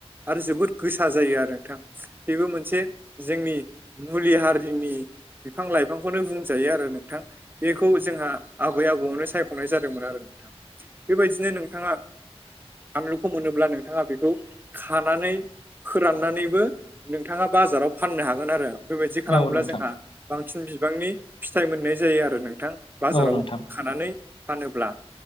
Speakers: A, on the right; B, on the left.
A: आरो जोबोद गोसा जायो आरो नोंथां। बेबो मोनसे जोंनि मुलि हारिनि बिफां लाइफांखौनो बुंजायो आरो नोंथां। बेखौ जोंहा आबै-आबौआवनो सायख'नाय जादोंमोन आरो नोंथां बेबायदिनो नोंथाङा फानलुखौ मोनोब्ला नोंथाङा बेखौ खानानै फोराननानैबो नोंथाङा बाजाराव फाननो हागोन आरो। बेबायदि खालामोब्ला
B: औ नोंथां
A: जोंहा बांसिन बिबांनि फिथाइ मोननाय जायो आरो नोंथां। बाजाराव
B: औ नोंथां
A: खानानै फानोब्ला